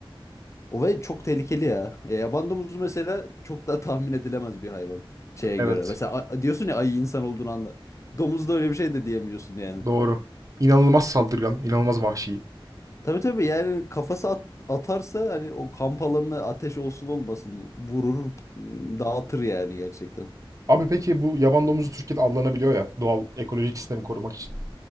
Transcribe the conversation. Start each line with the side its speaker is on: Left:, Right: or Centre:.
Left: O ve çok tehlikeli ya. Ya yaban domuzu mesela çok da tahmin edilemez bir hayvan şeye
Right: Evet.
Left: göre. Mesela a- diyorsun ya ayı insan olduğunu anla. Domuzda öyle bir şey de diyemiyorsun yani.
Right: Doğru. İnanılmaz saldırgan, inanılmaz vahşi.
Left: Tabii tabii yani kafası at- atarsa hani o kamp alanına ateş olsun olmasın vurur m, dağıtır yani gerçekten.
Right: Abi peki bu yaban domuzu Türkiye'de avlanabiliyor ya doğal ekolojik sistemi korumak için.